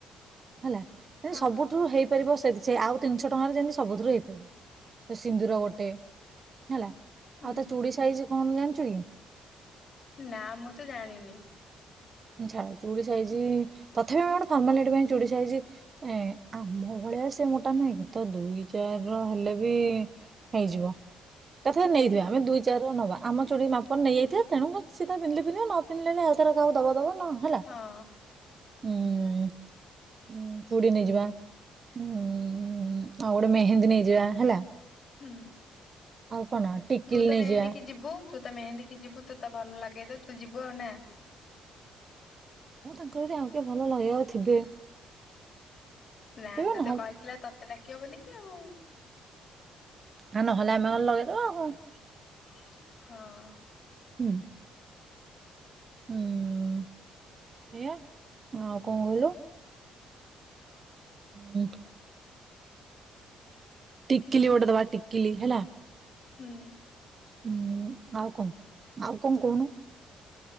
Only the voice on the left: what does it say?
ହଁ
ହୁଁ
ନା ମୁଁ ତ ଜାଣିନି।
ହଁ
ହୁଁ
ତୁ ତ
ମେହେନ୍ଦକି ଯିବୁ? ତୁ ତ ମେହେନ୍ଦୀ କି ଯିବୁ ତୁ ତ ଭଲ ଲାଗେ ତ ତୁ ଯିବୁ ଆଉ ନା?
ନା
ସେ
ତ କହିଥିଲା ତତେ ଡାକିବ ବୋଲିକି ଆଉ।
ହଁ।
ହୁଁ